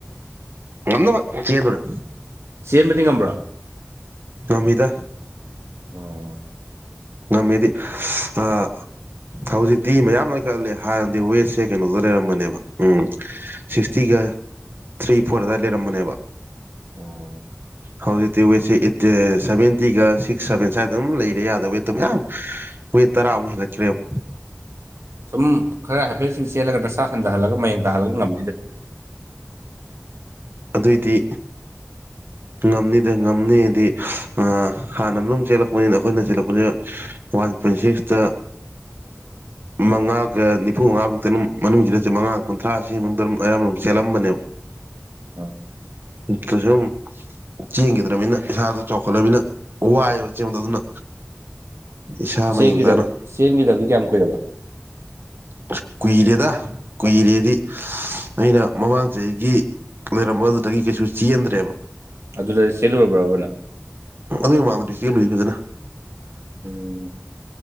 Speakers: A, on the right; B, on the right.
A: ꯅꯗꯕ ꯀꯌꯦꯗꯨꯔ
B: ꯆꯦꯟꯕꯗꯤ ꯉꯝꯕ꯭ꯔꯣ
A: ꯉꯝꯃꯤꯗ
B: ꯑꯣ
A: ꯉꯝꯃꯤꯗꯤ ꯑ ꯍꯧꯖꯤꯛꯇꯤ ꯃꯌꯥꯝ ꯅꯣꯏꯈꯠꯂꯦ ꯍꯥꯟꯅꯗꯤ ꯋꯦꯠꯁꯦ ꯀꯩꯅꯣꯗ ꯂꯩꯔꯝꯕꯅꯦꯕ ꯎꯝ ꯁꯤꯛꯁꯇꯤꯒ ꯊ꯭ꯔꯤ ꯐꯣꯔ ꯑꯗꯨꯋꯥꯏꯗ ꯂꯩꯔꯝꯕꯅꯦꯕ
B: ꯑꯣꯝ
A: ꯍꯧꯖꯤꯛꯇꯤ ꯋꯦꯠꯁꯦꯠꯇ ꯁꯚꯦꯟꯇꯤꯒ ꯁꯤꯛꯁ ꯁꯚꯦꯟ ꯁ꯭ꯋꯥꯏꯗ ꯑꯗꯨꯝ ꯂꯩꯔꯦ ꯌꯥꯗꯕ ꯋꯦꯠ ꯋꯤꯠ ꯇꯔꯥ ꯃꯨꯛ ꯍꯦꯟꯒꯠꯈꯔ꯭ꯦꯕꯥ
B: ꯁꯨꯝ ꯈꯔ ꯍꯥꯏꯐꯦꯠ ꯁꯨꯝ ꯆꯦꯜꯂꯒ ꯅ꯭ꯔꯥ ꯍꯟꯊꯍꯜꯂꯒ ꯃꯌꯦꯡ ꯇꯥꯍꯜꯂꯒ ꯉꯝꯅꯤꯗ
A: ꯑꯗꯨꯑꯣꯏꯗꯤ
B: ꯎ
A: ꯉꯝꯅꯤꯗ ꯉꯝꯅꯤꯗꯤ ꯑ ꯍꯥꯟꯅ ꯑꯗꯨꯝ ꯆꯦꯜꯂꯛꯄꯅꯤꯅ ꯑꯩꯈꯣꯏꯅ ꯆꯦꯜꯂꯛꯄꯁ ꯋꯥꯟ ꯄꯣꯏꯟ ꯁꯤꯛꯁꯇ ꯃꯉꯥꯒ ꯅꯤꯐꯨ ꯃꯉꯥ ꯃꯨꯛꯇ ꯑꯗꯨꯝ ꯃꯅꯨꯡꯁꯤꯗꯁꯦ ꯃꯉꯥ ꯀꯨꯟꯊ꯭ꯔꯥꯁꯤ ꯃꯅꯨꯡꯗ ꯑꯗꯨꯝ ꯑꯌꯥꯝꯕ ꯆꯦꯂꯝꯕꯅꯦꯕ
B: ꯑ
A: ꯏꯀꯁꯨꯝ ꯆꯦꯟꯈꯤꯗ꯭ꯔꯅꯤꯅ ꯏꯁꯥꯗ ꯆꯥꯎꯈꯠꯂꯅꯤꯅ ꯋꯥꯏꯑꯕ ꯆꯦꯡꯕꯗꯣ ꯑꯗꯨꯅ ꯏꯁꯥ ꯃꯌꯦꯡ
B: ꯆꯦꯡꯒꯤꯗ
A: ꯇꯥꯅ
B: ꯆꯦꯡꯒꯤꯗꯕꯗꯤ ꯀꯌꯥꯝ ꯀꯨꯏꯔꯕ
A: ꯑꯁ ꯀꯨꯏꯔꯦꯗ ꯀꯨꯏꯔꯦꯗꯤ ꯑꯩꯅ ꯃꯃꯥꯡ ꯆꯍꯤꯒꯤ ꯂꯩꯔꯝꯕ ꯑꯗꯨꯗꯒꯤ ꯀꯩꯁꯨ ꯆꯦꯟꯗ꯭ꯔꯦꯕ
B: ꯑꯗꯨꯗ ꯆꯦꯂꯨꯔꯕ꯭ꯔꯣꯅ
A: ꯑꯗꯨꯏ ꯃꯥꯡꯗ꯭ꯔꯗꯤ ꯁꯤ ꯂꯩꯔꯗꯅ
B: ꯎꯝ